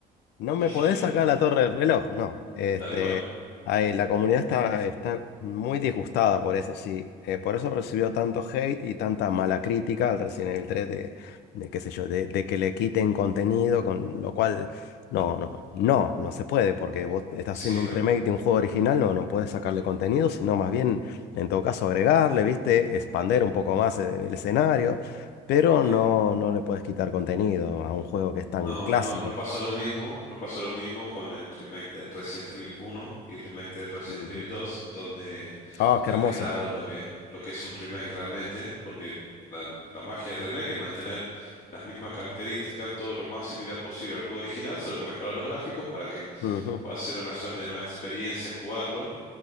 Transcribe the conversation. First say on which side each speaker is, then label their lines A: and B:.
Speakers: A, on the left; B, on the left.
A: No
B: <laughs>
A: me podés sacar la torre del reloj, no. Este,
B: Tal cual.
A: ahí, la comunidad está, está muy disgustada por eso, sí. Eh, por eso recibió tanto hate y tanta mala crítica al Resident Evil tres de, de qué sé yo, de, de que le quiten contenido, con lo cual no, no, no, no se puede, porque vos estás
B: Sí,
A: haciendo
B: no,
A: un remake
B: no.
A: de un juego original, no, no podés sacarle contenido, sino más bien, en todo caso, agregarle, ¿viste? Expander un poco más eh, el escenario, pero
B: Sí.
A: no, no le podés quitar contenido a un juego que es tan
B: No,
A: clásico.
B: no, no pasó lo mismo, no pasó lo mismo con el remake de Resident Evil 1 y remake de Resident
A: Ujú.
B: Evil 2, donde
A: Ah,
B: respetaron
A: qué hermoso.
B: lo que, lo que es un remake realmente, porque la, la magia del remake es mantener las mismas características, todo lo más similar posible al juego original, solo que mejorar los gráficos para que
A: Ujú.
B: pueda ser una suerte de nueva experiencia jugarlo.